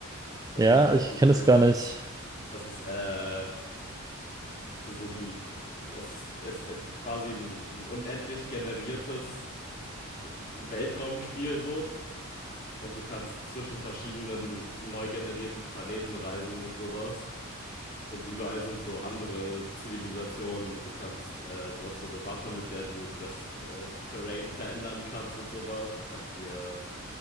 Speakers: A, on the left (about 40°); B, on the right (about 15°).
A: Das
B: ja,
A: wäre Loki
B: ich kenne
A: cool.
B: das gar nicht.
A: Das ist, äh, so ein, das ist, ist äh, quasi ein, ein unendlich generiertes. Weltraumspiel so und du kannst zwischen verschiedenen neu generierten Planeten reisen und sowas. Und überall sind so andere Zivilisationen und du kannst, äh, du hast so eine Waffe, mit der du das äh, Terrain verändern kannst und sowas und kannst dir